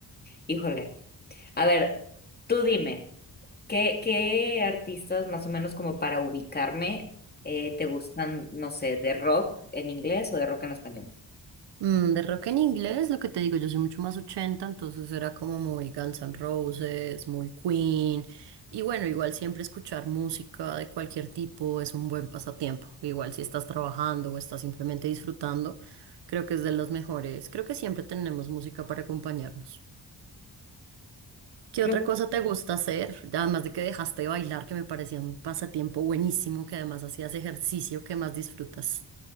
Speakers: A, on the left (about 25°); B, on the right (about 80°).
A: híjole. A ver, tú dime. ¿Qué, qué artistas, más o menos como para ubicarme, eh, te gustan, no sé, de rock en inglés o de rock en español?
B: mm, de rock en inglés, lo que te digo, yo soy mucho más ochenta, entonces era como muy Guns N' Roses, muy Queen. Y bueno, igual siempre escuchar música de cualquier tipo es un buen pasatiempo. Igual si estás trabajando o estás simplemente disfrutando, creo que es de los mejores. Creo que siempre tenemos música para acompañarnos. ¿Qué
A: Creo.
B: otra cosa te gusta hacer? Además de que dejaste de bailar, que me parecía un pasatiempo buenísimo, que además hacías ejercicio, que más disfrutas?